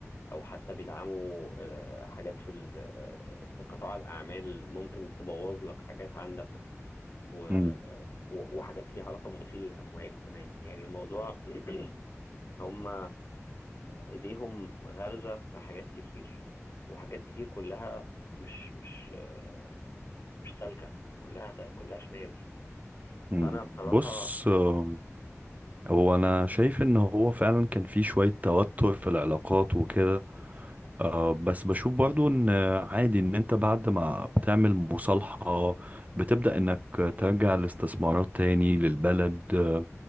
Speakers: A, on the left (about 60°); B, on the right (about 30°).
A: او حتى بيدعموا آه، حاجات في ال- آه، في قطاع الاعمال ممكن تبوظ لك حاجات عندك و- آه،
B: مم.
A: و- وحاجات ليها علاقه بغسيل الاموال كمان يعني الموضوع <clears throat> هم ايديهم غارزه في حاجات كتير وحاجات كتير كلها مش مش آه، مش سالكه كلها كلها شمال
B: مم.
A: فانا بصراحه
B: بص آم، هو انا شايف ان هو فعلا كان في شوية توتر في العلاقات وكده آه، بس بشوف برضو ان عادي ان انت بعد ما بتعمل مصالحة بتبدأ انك ترجع الاستثمارات تاني للبلد آه،